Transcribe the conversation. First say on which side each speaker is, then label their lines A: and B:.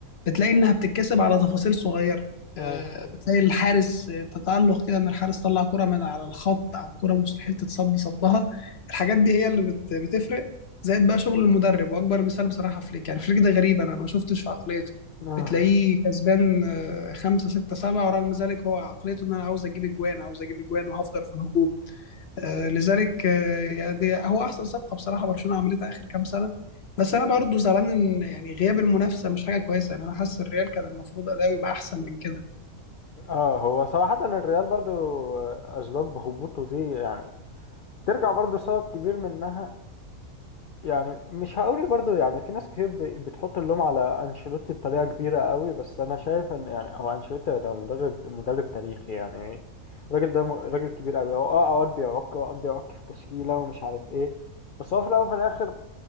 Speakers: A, on the left; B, on the left.
A: بتلاقي انها بتتكسب على تفاصيل صغيره
B: ايوه
A: آه، بتلاقي الحارس آه، تتألق كده ان الحارس طلع كرة من على الخط او كرة مستحيل تتصب صبها الحاجات دي هي اللي بت- بتفرق زائد بقى شغل المدرب واكبر مثال بصراحة فليك يعني فليك ده غريب انا ما شفتش في عقليته
B: <laughs> آه.
A: بتلاقيه كسبان آه، خمسة ستة سبعة ورغم ذلك هو عقليته ان انا عاوز اجيب اجوان عاوز اجيب اجوان وهفضل في الهجوم آه، لذلك آه، يعني هو احسن صفقه بصراحه برشلونه عملتها اخر كام سنه بس انا برضه زعلان ان يعني غياب المنافسه مش حاجه كويسه يعني انا حاسس الريال كان المفروض اداؤه يبقى احسن من كده
B: اه هو صراحة الريال برضو أسباب هبوطه دي يعني ترجع برضو سبب كبير منها يعني مش هقول برضو يعني في ناس كتير ب- بتحط اللوم على أنشيلوتي بطريقة كبيرة قوي بس أنا شايف إن يعني هو أنشيلوتي ده مدرب مدرب تاريخي يعني الراجل ده م- راجل كبير قوي هو اه أوقات بيعك أوقات بيعك في التشكيلة ومش عارف إيه بس هو في الأول وفي الآخر